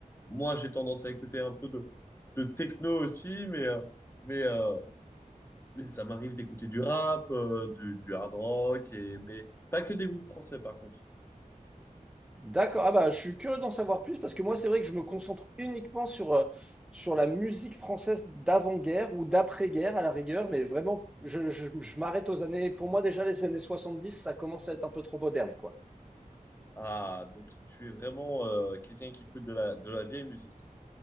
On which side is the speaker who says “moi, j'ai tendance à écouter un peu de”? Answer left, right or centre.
Left